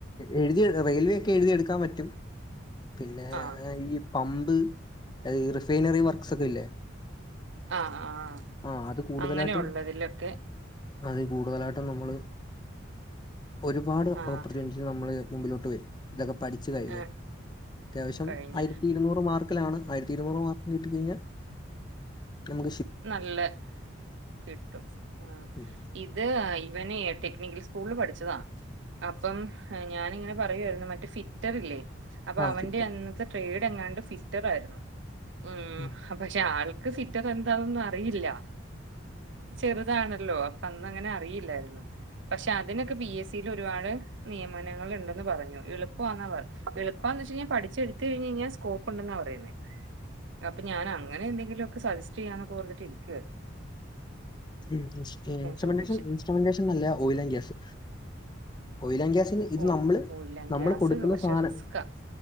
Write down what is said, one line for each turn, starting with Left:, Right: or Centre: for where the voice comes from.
Left: എഴുതി റെയിൽവേ ഒക്കെ എഴുതിയെടുക്കാൻ പറ്റും പിന്നെ
Right: ആഹ്
Left: ഈ പമ്പ് അത് റിഫൈനറി വർക്ക്സ് ഒക്കെ ഇല്ലേ
Right: ആഹ് ആഹ്
Left: ആഹ് അത് കൂടുതലായിട്ടും
Right: അങ്ങനെ ഉള്ളതിലൊക്കെ
Left: അത് കൂടുതലായിട്ടും നമ്മള് ഒരുപാട്
Right: ആഹ്
Left: ഓപ്പർച്യൂണിറ്റിസ് നമ്മള് മുമ്പിലോട്ട് വരും ഇതൊക്കെ പഠിച്ചു കഴിഞ്ഞു
Right: ഏ
Left: അത്യാവശ്യം
Right: കഴിഞ്ഞ
Left: ആയിരത്തി ഇരുന്നൂറ് മാർക്ക് ക്കലാണ് ആയിരത്തി ഇരുന്നൂറ് മാർക്ക് കിട്ടി കഴിഞ്ഞാൽ നമു
Right: നല്ല കിട്ടും ആഹ്
Left: ഉം
Right: ഇത് ഇവൻ എഹ് ടെക്നിക്കൽ സ്കൂളിൽ പഠിച്ചതാ അപ്പം ഞാനിങ്ങനെ പറയുമായിരുന്നു മറ്റ ഫി റ്ററില്ലേ അപ്പൊ
Left: ആ
Right: അവന്റെ
Left: ഫിത്തൽ
Right: അന്നത്തെ ട്രേഡ് എങ്ങാണ്ട് ഫിറ്റർ ആയിരുന്നു ഉം
Left: ത്തിക്
Right: പക്ഷെ ആൾക്ക് ഫിറ്റർ ത അതൊന്നും അറിയില്ല ചെറുതാണല്ലോ അപ്പൊ അന്ന് അങ്ങനെ അറിയില്ലായിരുന്നു പക്ഷെ അതിനൊക്കെ പി എസ് സിൽ ഒരുപാട് നിയമനങ്ങൾണ്ടന്ന് പറഞ്ഞു എളുപ്പവാൻ എളുപ്പമന്ന് വെച്ച് കഴിഞ്ഞാ പഠിച്ചെടുത്തു കഴിഞ് കഴിഞ്ഞാൽ സ്കോപ്പ് ഉണ്ടെന്നാ പറയ അപ്പൊ ഞാൻ അങ്ങനെ എന്തെങ്കിലും ഒക്കെ സജ ചെയ്യാന്നോകെ പർഞ്ഞിട്ടിരിക്കുവാരുന്നു
Left: ഉം ഇൻസ്ട്രമെൻ്റെശൻ
Right: ചോദിച്ചേ
Left: ഇൻസ്ട്രമെൻ്റെ ശേനിലും നല്ല oil and gas oil and gas ഇത്
Right: ഓ
Left: നമ്മള്
Right: ഓയിലാൻ
Left: നമ്മള്
Right: ഗ്യാസ്
Left: കൊടുക്കുന്ന
Right: പക്ഷെ
Left: സാധനം
Right: റിസ്ക്കാ